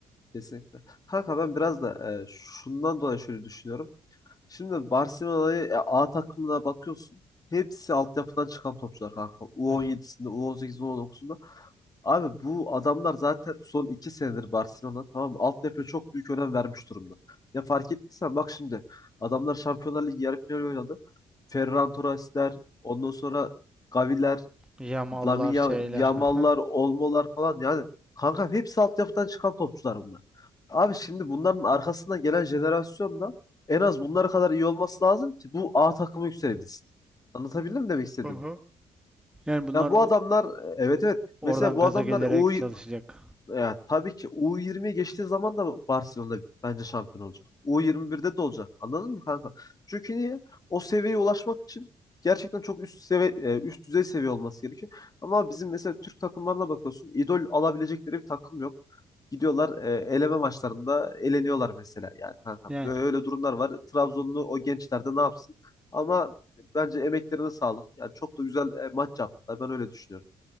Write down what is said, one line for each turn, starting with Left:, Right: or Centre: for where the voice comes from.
Left: kesinlikle. Kanka ben biraz da e, şundan dolayı şöyle düşünüyorum. Şimdi Barcelona'yı e, A takımına bakıyorsun. Hepsi altyapıdan çıkan topçular kanka. U17'sinde,
Centre: Hı hı.
Left: U18'inde, U19'unda. Abi bu adamlar zaten son iki senedir Barcelona tamam mı? Altyapıya çok büyük önem vermiş durumda. Ya fark ettiysen bak şimdi adamlar Şampiyonlar Ligi yarı finali oynadı. Ferran Torres'ler, ondan sonra Gavi'ler,
Centre: Yamallar
Left: Lamine Ya-
Centre: şeyler.
Left: Yamal'lar,
Centre: <laughs> Aha.
Left: Olmo'lar falan yani kanka hepsi altyapıdan çıkan topçular bunlar. Abi şimdi bunların arkasından gelen jenerasyon da en az bunlara kadar iyi olması lazım ki bu A takımı yükselebilsin. Anlatabildim mi demek istediğimi?
Centre: Aha. Yani bunlar
Left: Ya bu adamlar e, evet evet
Centre: oradan
Left: mesela bu
Centre: gaza
Left: adamlar
Centre: gelerek
Left: o.
Centre: çalışacak.
Left: Ya, tabii ki U20'ye geçtiği zaman da Barcelona bence şampiyon olacak. U21'de de olacak. Anladın mı kanka? Çünkü niye? O seviyeye ulaşmak için gerçekten çok üst seviye e, üst düzey seviye olması gerekiyor. Ama bizim mesela Türk takımlarına bakıyorsun. idol alabilecekleri bir takım yok. Gidiyorlar e, eleme maçlarında eleniyorlar mesela yani kanka.
Centre: Yani
Left: Böyle durumlar var. Trabzonlu o gençler de ne yapsın? Ama bence emeklerine sağlık. Yani çok da güzel e, maç yaptılar. Ben öyle düşünüyorum.